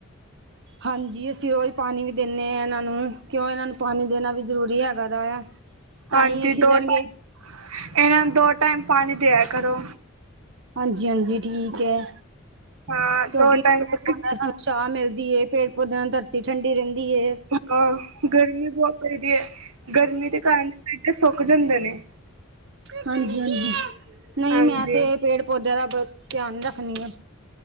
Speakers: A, on the right (about 55°); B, on the right (about 80°).
A: ਹਾਂਜੀ ਅਸੀਂ ਰੋਜ਼ ਪਾਣੀ ਵੀ ਦਿੰਨੇ ਹਾਂ ਇਹਨਾਂ ਨੂੰ ਕਿਉਂ ਇਹਨਾਂ ਨੂੰ ਪਾਣੀ ਦੇਣਾ ਵੀ ਜ਼ਰੂਰੀ ਹੈਗਾ ਦਾ ਆ ਤਾਂ
B: ਹਾਂਜੀ
A: ਹੀ ਇਹ ਖੇਿਲਣਗੇ
B: ਦੋ ਟਾਈਮ ਇਹਨਾਂ ਨੂੰ ਦੋ ਟਾਈਮ ਪਾਣੀ ਦਿਆ ਕਰੋ
A: ਹਾਂਜੀ ਹਾਂਜੀ ਠੀਕ ਹੈ
B: ਹਾਂ
A: ਕਿਉਂਕਿ
B: ਦੋ ਟਾਈਮ ਹਾਂ
A: ਸ਼ਾਹ ਮਿਲਦੀ ਹੈ ਪੇੜ ਪੌਦਿਆਂ ਨਾਲ ਧਰਤੀ ਠੰਡੀ ਰਹਿੰਦੀ ਏ
B: ਹਾਂ ਗਰਮੀ ਬਹੁਤ ਪੈਦੀ ਹੈ ਗਰਮੀ ਦੇ ਕਾਰਨ ਪੇਡੇ ਸੁੱਕ ਜਾਂਦੇ ਨੇ
A: ਹਾਂਜੀ ਹਾਂਜੀ ਨਹੀਂ
B: ਹਾਂਜੀ
A: ਮੈਂ ਤੇ ਇਹ ਪੇੜ ਪੌਦਿਆਂ ਦਾ ਬਹੁਤ ਧਿਆਨ ਰੱਖਣੀ ਆ